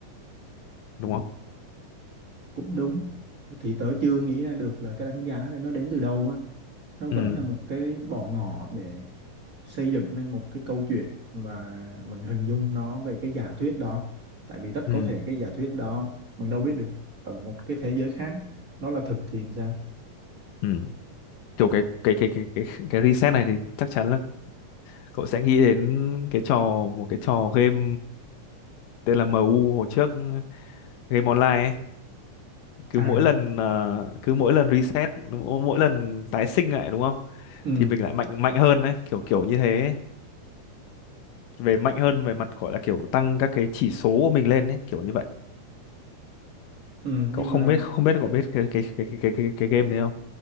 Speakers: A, on the left; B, on the right.
A: đúng không
B: cũng đúng thì tớ chưa nghĩ ra được là cái đánh giá này nó đến từ đâu á nó vẫn
A: ừ
B: là một cái bỏ ngỏ để xây dựng nên một cái câu chuyện và mình hình dung nó về cái giả thuyết đó tại vì rất
A: ừ
B: có thể cái giả thuyết đó mình đâu biết được ở một cái thế giới khác nó là thực thì sao
A: ừ kiểu cái cái cái cái cái cái reset này thì chắc chắn là cậu sẽ nghĩ đến cái trò một cái trò game tên là MU hồi trước game online ấy cứ
B: à
A: mỗi lần ờ, cứ mỗi lần reset mỗi mỗi lần tái sinh lại đúng không
B: ừ,
A: thì mình lại mạnh mạnh hơn đấy kiểu kiểu như thế ấy. về mạnh hơn về mặt gọi là kiểu tăng các cái chỉ số của mình lên đấy kiểu như vậy
B: ừ
A: cậu
B: nhưng
A: không
B: mà
A: biết không biết cậu biết cái cái cái cái cái cái, cái game này không